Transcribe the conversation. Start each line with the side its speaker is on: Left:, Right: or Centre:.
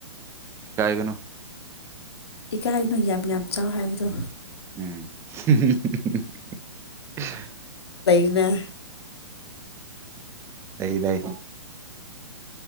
Right: ꯏꯀꯥꯏꯒꯅꯨ
Left: ꯏꯀꯥꯏꯅꯨ ꯌꯥꯝ ꯌꯥꯝ ꯆꯥꯎ ꯍꯥꯏꯕꯗꯣ
Right: ꯎꯝ ꯍꯝ ꯍꯝ ꯍꯝ
Left: ꯅꯦ
Right: ꯂꯩ ꯂꯩ